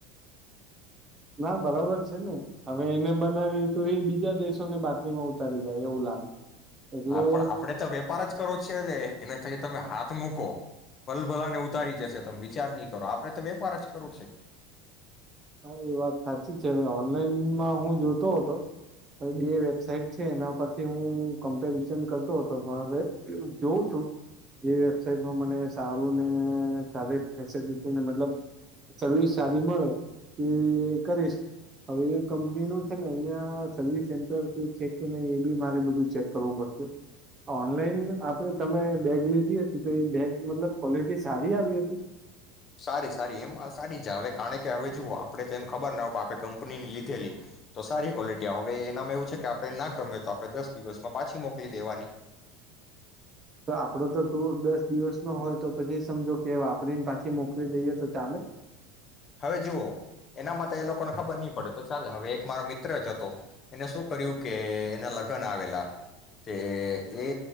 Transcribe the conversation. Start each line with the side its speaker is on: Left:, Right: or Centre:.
Right: હા બરાબર છે ને, હવે એને બનાવીએ તો એ બીજા દેશોને બાતલીમાં ઉતારી જાય એવું લાગે. એટલે
Left: હા પણ આપડે તો વેપાર જ કરો છે એને ખાલી તમે હાથ મૂકો ભલ ભલા ને ઉતારી જશે તમે વિચાર નહી કરો આપડે તો વેપાર જ કરો છે.
Right: હા એ વાત સાચી છે હવે ઓનલાઈનમાં હું જોતો હતો હ બે વેબસાાઈટ છે એના પરથી હું કમ્પેરિજન કરતો હતો પણ હવે જોઉં છું એ વેબસાાઈટમાં મને સારું ને સારી ફેસલિટીને મતલબ સર્વિસ સારી મળે. એ કરીશ હવે એ કંપનીનું છે ને અહિયાં સર્વિસ સેન્ટર કે છે કે નહી એ બી મારે બધું ચેક કરવું પડશે. ઓનલાઈન આપણે તમે બેગ લીધી હતી તેવી બેગ મતલબ ક્વોલિટી સારી આવી હતી?
Left: સારી સારી એમ સારી જ હ કારણ કે હવે જુઓ આપડે તો એમ ખબર ના હો આપે કંપનીની લીધેલી તો સારી ક્વોલિટી હવે એનામાં એવ છે કે આપણે ના ગમે તો આપણે દસ દિવસમાં પાછી મોકલી દેવાની
Right: તો આપડો તો ટુર દસ દિવસ નો હોય તો પછી સમજો કે વાપરીને પાછી મોકલી દઈએ તો ચાલે?
Left: હવે જુઓ, એના માટે તો એ લોકોને ખબર નહી પડે તો ચાલે હવે એક મારો મિત્ર જ હતો એને શું કર્યું કે એના લગન આવેલા તે એ